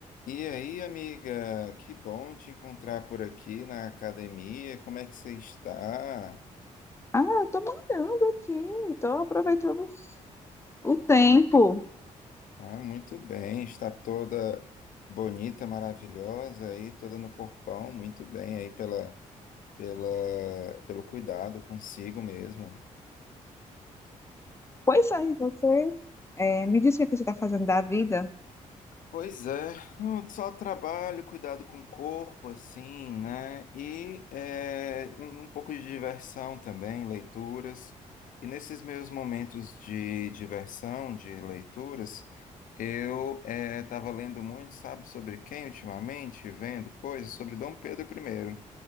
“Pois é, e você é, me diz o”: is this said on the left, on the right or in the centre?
Left